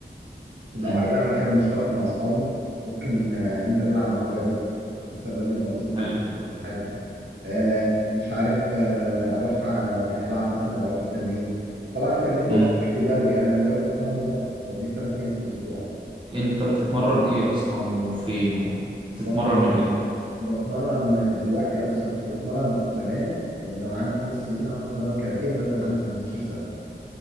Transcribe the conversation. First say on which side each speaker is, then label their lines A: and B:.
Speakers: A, on the right; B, on the right.
A: لو
B: امم
A: عايز اعمل حاجه مشتركه مع اصحابي ممكن آه، انزل العب معاهم بدل مثلا بنزل مرتين في
B: حلو
A: الاسبوع ولا حاجه آه، مش عارف آه، اروح آه، العب مثلا اروح التمرين طبعا التمرين بروح
B: امم
A: بشكل دوري يعني انا دلوقتي بتمرن مرة بنزل ثلاث ايام في الاسبوع
B: انت بتتمرن ايه اصلا وفين وبتتمرن
A: بتمرن
B: من امتى
A: بتمرن دلوقتي بص انا كنت بتمرن زمان من وانا عندي خمس سنين قعدت اتمرن كاراتيه لغايه وانا عندي 18 سنه